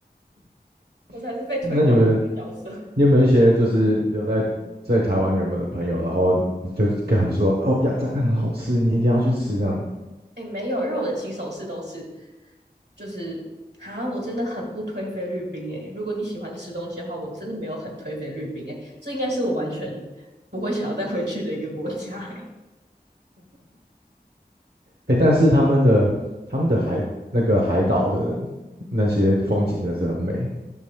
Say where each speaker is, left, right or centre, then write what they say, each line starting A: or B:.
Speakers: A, on the right; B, on the right.
A: 我才是被推广的角色。
B: <laughs> 那你有没有。
A: <laughs>
B: 你有没有一些就是留在在台湾原本的朋友，然后你就跟他们说，哦，鸭仔蛋很好吃，你一定要去吃这样子。
A: 哎，欸没有，因为我的起手式都是，就是啊，我真的很不推菲律宾哎。欸如果你喜欢吃东西的话，我真的没有很推菲律宾哎，欸这应该是我完全不会想要再回去的一个国家哎。欸
B: 哎，但是他们的他们的海那个海岛的那些风景真的是很美。